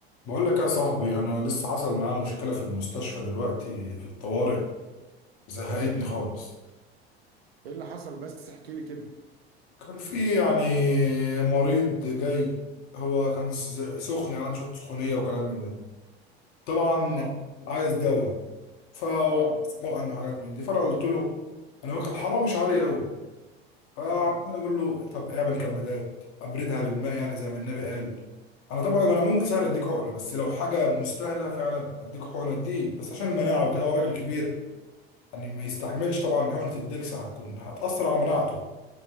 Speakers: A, on the left; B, on the right.
A: بقول لك يا صاحبي انا لسه حصل معايا مشكله في المستشفى دلوقتي في الطوارئ زهقتني خالص
B: ايه اللي حصل بس احكي لي كده
A: كان في يعني مريض جاي هو كان س- سخن يعني شويه سخونيه وكلام من ده طبعا
B: اه
A: عايز دواء فهو
B: اه
A: عايز حقن وحاجات من دي فانا قلت له انا واكل حرام مش عالي قوي فعمال
B: اه
A: اقول له طب اعمل كمادات ابردها بالماء يعني زي ما النبي قال انا طبعا انا ممكن سهل اديك حقنه بس لو حاجه مستاهله فعلا اديك حقنه اديك بس عشان المناعه وكده هو راجل كبير يعني ما يستحملش طبعا حقنة الدكس هتكون هتأثر على مناعته